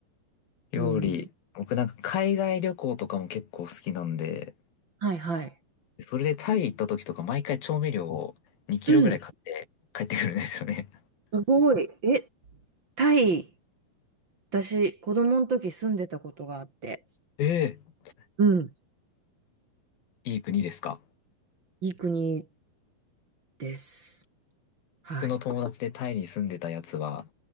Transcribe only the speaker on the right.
うん。
はいはい。
うん。すごい。え、タイ、私、子供の時住んでたことがあって、
うん。
いい国です。はい。